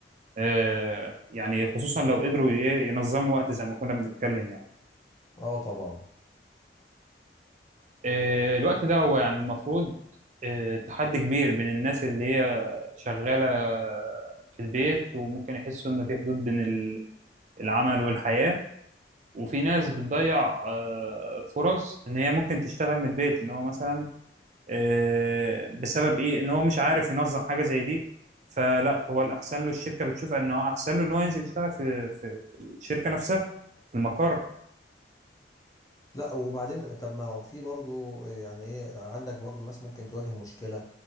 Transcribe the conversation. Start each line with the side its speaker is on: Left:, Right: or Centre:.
Right: آه، يعني خصوصا لو قدروا ي- ينظموا وقت زي ما كنا بنتكلم يعني
Left: اه طبعا
Right: آه، الوقت ده هو يعني المفروض آه، تحدي كبير بين الناس اللي هي شغالة في البيت وممكن يحسوا إن في حدود بين ال- العمل والحياة وفي ناس بتضيع آه، فرص إن هي ممكن تشتغل من البيت إن هو مثلا آه، بسبب إيه إن هو مش عارف ينظم حاجة زي دي فلا هو الأحسن له الشركة بتشوف إنه أحسن له إن هو ينزل يشتغل في في في الشركة نفسها في المقر
Left: لا وبعدين طب ما هو في برضو يعني ايه عندك برضو ناس ممكن تواجه مشكلة